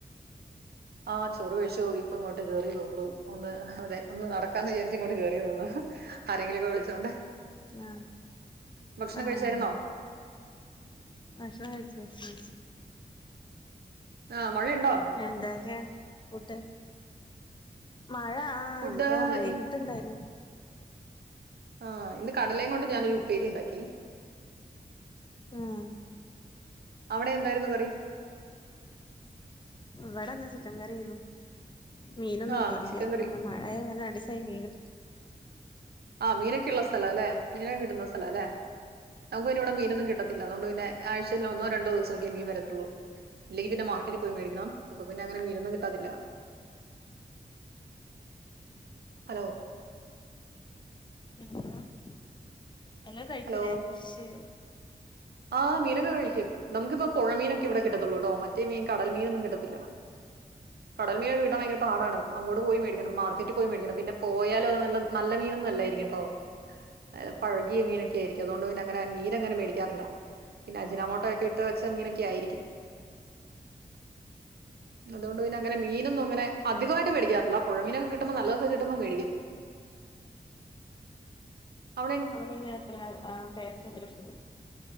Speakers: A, on the right (about 85°); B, on the left (about 30°).
A: ആഹ് ചോറു കഴിച്ചു ഇപ്പ ഇങ്ങോട്ട് കേറിയള്ളൂ ഒന്ന് അതെ ഒന്ന് നടക്കാന്ന് വിചാരിച്ച് ഇങ്ങോട്ട് കേറിയള്ളൂ ആരെങ്കിലൊക്കെ വിളിച്ചോണ്ട്
B: ആഹ്
A: ഭക്ഷണം
B: ആഹ്
A: കഴിച്ചായിരുന്നോ
B: ഭക്ഷണം കഴിച്ചോ ഉം
A: ആഹ് മഴയണ്ടോ?
B: എന്തക്കെ ഫുഡ്‌ മഴ ആഹ് ആഹ്
A: ഫുഡ്
B: ഇപ്പ വൈകിട്ട്
A: ഇ
B: ഇണ്ടായിരുന്നു
A: ആഹ് ഇന്ന് കടലേം കൊണ്ട് ഞാനൊരു ഉപ്പേരി ഇണ്ടാക്കി
B: ആഹ്
A: അവിടെ എന്തായിരുന്നു കറി?
B: ഇവിടെന്ന് ചിക്കൻ കറി ആയ്ന്നു മീനൊന്നും
A: ആഹ്
B: കിട്ടീറ്റില്ല
A: ചിക്കൻ
B: ഇന്ന്
A: കറി
B: അഹ് വ്അ രണ്ടീസായി മീൻ കിട്ടിറ്റ്.
A: ആഹ് മീനൊക്കെള്ള സ്ഥലാലെ മീനൊക്കെ കിട്ടുന്ന സ്ഥലാലെ. ഞങ്ങക്ക് പിന്നെവ്ടെ മീനൊന്നും കിട്ടത്തില്ല അതോണ്ട് പിന്നെ ആഴ്ചയിൽ ഒന്നോ രണ്ടോ ദിവസൊക്കെ മീൻ വരത്തൊള്ളൂ. ഇല്ലങ്കിപ്പിന്നെ മാർക്കറ്റിപ്പോയി മേടിക്കണം അപ്പൊ പിന്നെ മീനൊന്നും കിട്ടാതില്ല. ഹലോ.
B: <unintelligible> എല്ലാം കഴിക്കുലെ
A: ഹലോ
B: ഫിഷ്..
A: ആഹ് മീനൊക്കെ കഴിക്കും നമുക്ക്‌പ്പം പൊഴമീനൊക്കെവിടെ കിട്ടാത്തൊള്ളൂ മറ്റേ മീൻ കടൽമീനൊന്നും കിട്ടത്തില്ല. കടൽമീനൊക്കെ കിട്ടാൻ ഭയങ്കര പാടാണ്. അങ്ങോട്ട് പോയി മേടിക്കണം മാർക്കറ്റ്പോയി മേടിക്കണം പോയാലും അത് നല്ല നല്ലമീനൊന്നും അല്ലായിര്ക്കും ട്ടൊ. അഹ് പഴകിയ മീനൊക്കെര്ക്കും അതോണ്ട് തന്നെ അങ്ങനെ മീനങ്ങനെ മേടിക്കാറില്ല. പിന്ന അജ്നാമോട്ടയോക്കെയിട്ട് വെച്ച മീനൊക്കെയായിരിക്കും. അതോണ്ട് പിന്നാങ്ങനെ മീനൊന്നും ങ്ങനെ അധികമായിട്ട് മേടിക്കാറില പൊഴമീനൊക്കെ കിട്ടുമ്പോ നല്ലതൊക്ക കിട്ടുമ്പോ വേടിക്കും. അവിടെ
B: അമ്മീനത്ര ആ ട്ടെഷ്റ്റത്രെഷ്ട്ടാ..